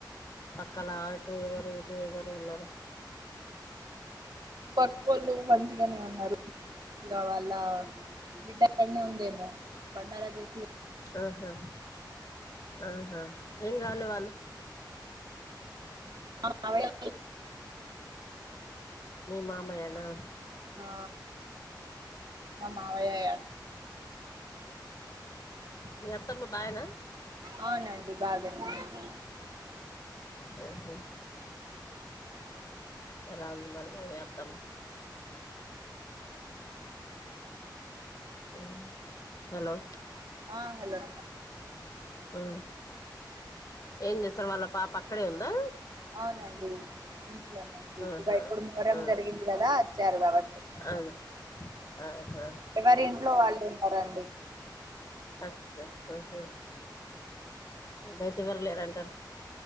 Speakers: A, on the left; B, on the right.
A: పక్కలా ఆటు ఎవరు ఇటు టు ఎవరు ఉనారు
B: పాకోలు మంచిగానే ఉన్నారు ఇగ వాళ్ళ బిడ్డ అక్కని ఉంది ఏమో బండార దే
A: ఆహా ఆహా ఏం గాలే వాళ్ళు
B: మా మామయోలు
A: మీ మామయనా
B: ఆ మా మావయయ
A: ఆ మీ అత్తమ్మ బాగౌన
B: అవునండి <inaudible>
A: ఏహా ఆ ఎలా ఉంది మరి మీ అత్తమా ఆ హలో
B: ఆ హలో
A: ఆ ఏం చేస్తారు వాళ్ళ పాప అక్కడే ఉందా
B: అవునండి ఇంట్లోనేంది
A: ఆహా
B: ఇగ ఇప్పుడు మోరం
A: ఆ
B: జరిగింది గదా వచ్చారు కావచ్చు
A: అదే ఆహా
B: ఎవరి ఇంట్లో వాళ్ళు ఉన్నారండి
A: ఆచాస్ ఆహా బయిటీ ఇవ్వరలేరు అంటారు